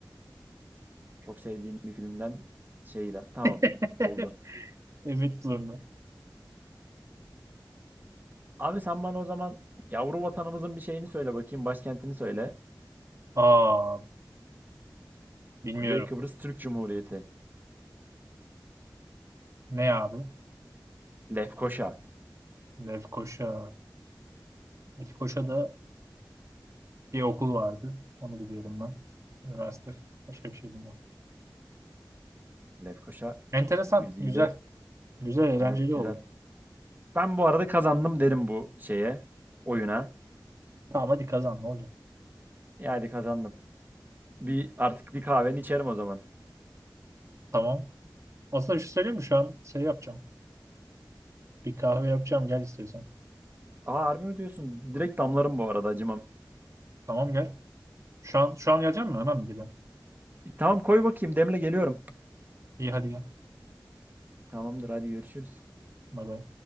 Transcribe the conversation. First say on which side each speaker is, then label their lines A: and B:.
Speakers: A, on the right (about 25°); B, on the right (about 40°).
A: Çok sevdiğim bir filmden şeydi. Tamam.
B: <laughs>
A: Oldu.
B: Ümitburnu.
A: Abi sen bana o zaman yavru vatanımızın bir şeyini söyle bakayım. Başkentini söyle.
B: Aa bilmiyorum.
A: Kuzey Kıbrıs Türk Cumhuriyeti.
B: Ne abi?
A: Lefkoşa.
B: Lefkoşa. Lefkoşa da bir okul vardı. Onu biliyorum ben. Üniversite. Başka bir şey bilmiyorum.
A: Lefkoşa
B: Enteresan.
A: güzide.
B: Güzel. Güzel, eğlenceli
A: Evet güzel.
B: oldu.
A: Ben bu arada kazandım derim bu şeye. Oyuna.
B: Tamam hadi kazan ne olacak?
A: Yani kazandım. Bir artık bir kahveni içerim o zaman.
B: Tamam. Aslında bir şey söyleyeyim mi? Şu an şey yapacağım. Bir kahve yapacağım. Gel istiyorsan.
A: Aa harbi mi diyorsun? Direkt damlarım bu arada acımam.
B: Tamam gel. Şu an şu an gelecek
A: İ-
B: misin? Hemen mi geliyorsun?
A: Tamam koy bakayım demle geliyorum.
B: İyi hadi gel.
A: Tamamdır hadi görüşürüz.
B: Bay bay.